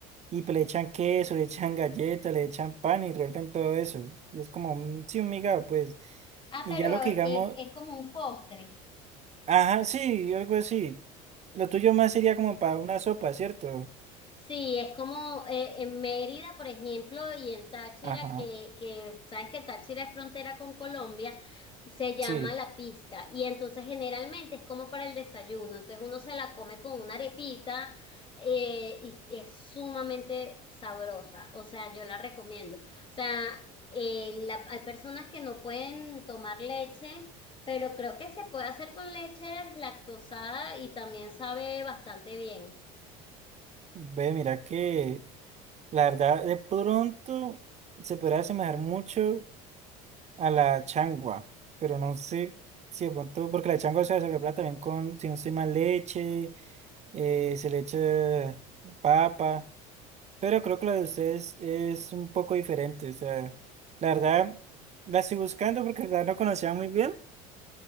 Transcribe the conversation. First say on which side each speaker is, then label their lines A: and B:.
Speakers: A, on the right; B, on the left.
A: y pues le echan queso, le echan galleta, le echan pan y revuelven todo eso. Y es como, un- sí, un Migao, pues.
B: Ah,
A: Y
B: pero
A: ya lo que digamos,
B: es, es como un postre.
A: ajá, sí, algo así. Lo tuyo más sería como para una sopa, ¿cierto?
B: Sí, es como eh, en Mérida, por ejemplo, y en Táchira,
A: Ajá,
B: que, que sabes que Táchira es frontera con Colombia, se llama
A: sí.
B: la pizca. Y entonces generalmente es como para el desayuno. Entonces uno se la come con una arepita eh, y es sumamente sabrosa. O sea, yo la recomiendo. O sea, eh, la- hay personas que no pueden tomar leche. Pero creo que se puede hacer con leche lactosada y también sabe bastante bien.
A: Ve, mira que. La verdad, de pronto se podrá asemejar mucho a la changua, pero no sé si de pronto, porque la changua, o sea, se prepara también con, si no estoy mal, leche, eh, se le echa papa, pero creo que la de ustedes es un poco diferente, o sea, la verdad, la estoy buscando porque la verdad no conocía muy bien,